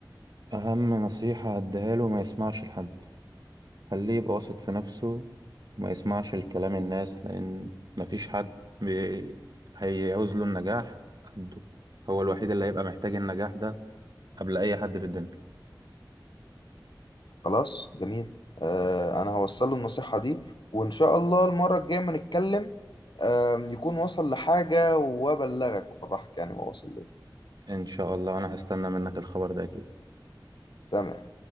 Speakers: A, on the right; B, on the left.
A: اهم نصيحة هديها له ما يسمعش لحد خليه يبقى واثق في نفسه وما يسمعش الكلام الناس لأن مفيش حد بي... هيعوز له النجاح قده هو الوحيد اللي هيبقى محتاج النجاح ده قبل أي حد في الدنيا
B: خلاص جميل آه انا هوصل له النصيحة دي وان شاء الله المرة الجاية ما نتكلم آه يكون وصل لحاجة وابلغك وافرحك يعني هو وصل ليه
A: إن شاء الله أنا هستنى منك الخبر ده أكيد
B: تمام